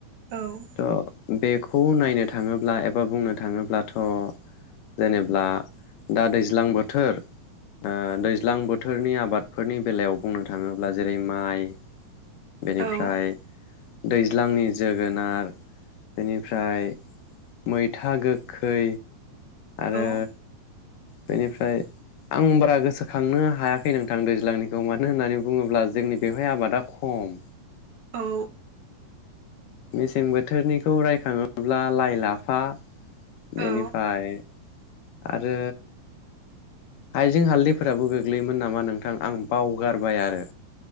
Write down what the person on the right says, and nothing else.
औ।
औ
औ
औ
औ